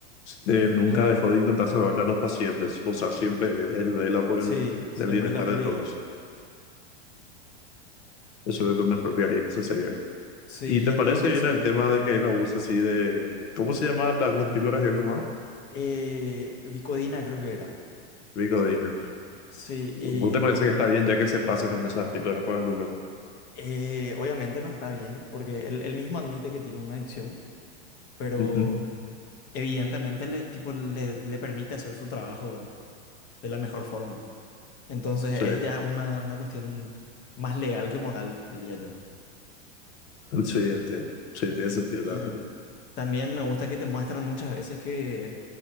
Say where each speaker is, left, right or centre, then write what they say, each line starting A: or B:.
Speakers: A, on the left; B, on the left.
A: eh, nunca
B: Claro.
A: dejó de intentar salvar a los pacientes. O sea, siempre él vela por
B: Sí,
A: el,
B: siempre
A: el bienestar
B: es la prioridad.
A: de todos. Eso es lo mejor que hay, eso sería.
B: Sí,
A: ¿Y
B: y
A: te
B: es
A: parece
B: muy interesante.
A: bien el tema de que él abusa así de... ¿Cómo se llaman las, las píldoras de rumor?
B: Eh, Vicodina creo que era.
A: Rico Dealer.
B: Sí,
A: ¿Vos te parece que está bien ya que se pasa con esas píldoras con el rumor?
B: Eh, obviamente no está bien, porque él, él mismo admite que tiene una adicción, pero
A: Ujú.
B: evidentemente le, tipo, le, le permite hacer su trabajo de la mejor forma. Entonces
A: Sí,
B: es ya una, una cuestión más legal que moral, diría yo.
A: sí, entiendo. Sí, tiene sentido,
B: Y
A: la verdad.
B: también me gusta que te muestran muchas veces que,